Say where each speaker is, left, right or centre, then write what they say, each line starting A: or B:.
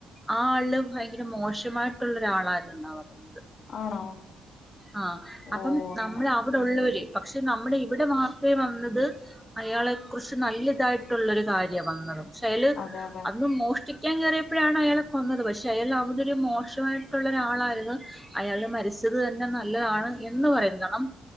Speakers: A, in the centre; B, on the left.
A: ആ ആള് ഭയങ്കര മോശമായിട്ടുള്ള ഒരാളായിരുന്നെന്നാ പറയുന്നെ
B: ആണോ
A: ആഹ്
B: ഓ
A: അപ്പം
B: അങ്ങനെ
A: നമ്മള് അവടൊള്ളോര് പക്ഷേ നമ്മടെ ഇവടെ വാർത്തേ വന്നത് അയാളെ കുറിച്ച് നല്ലിതായിട്ടുള്ളൊരു കാര്യാ വന്നതും ഷേയാള്
B: അതെ അതെ
A: അന്ന് മോഷ്ടിക്കാൻ കേറിയപ്പഴാണ് അയാളെ കൊന്നത് പഷേ അയാൾ അവ മോശവായിട്ടൊള്ളൊരു ആളാരുന്നു അയാള് മരിച്ചത് തന്നെ നല്ലതാണ് എന്ന് പറയുന്നത് കണം